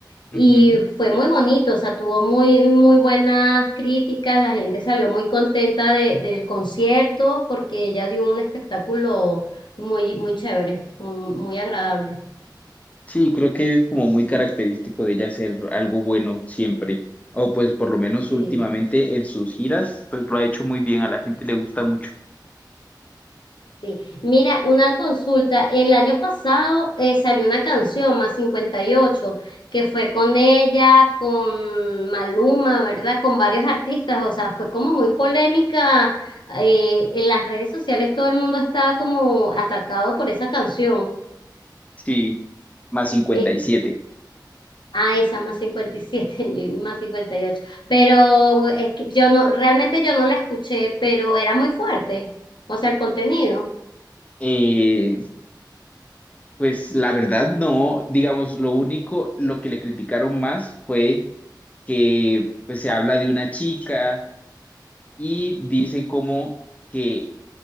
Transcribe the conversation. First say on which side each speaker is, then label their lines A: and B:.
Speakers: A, on the left; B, on the left.
A: y
B: Ujú.
A: fue muy bonito, o sea, tuvo muy, muy buenas críticas, la gente salió muy contenta de- del concierto porque ella dio un espectáculo muy, muy chévere, muy, muy agradable.
B: Sí, creo que es como muy característico de ella hacer algo bueno siempre. O pues por lo menos
A: Sí.
B: últimamente en sus giras, pues lo ha hecho muy bien. A la gente le gusta mucho.
A: Sí. Mira, una consulta. El año pasado eh, salió una canción, Más cincuenta y ocho que fue con ella, con Maluma, ¿verdad? Con varios artistas. O sea, fue como muy polémica. eh, en las redes sociales todo el mundo estaba como atacado por esa canción.
B: Sí, más 57.
A: Es, a esa más 57 <laughs> y más 58. Pero es que yo no, realmente yo no la escuché, pero era muy fuerte. O sea, el contenido.
B: Eh, pues la verdad no, digamos, lo único, lo que le criticaron más fue que pues se habla de una chica y dicen como que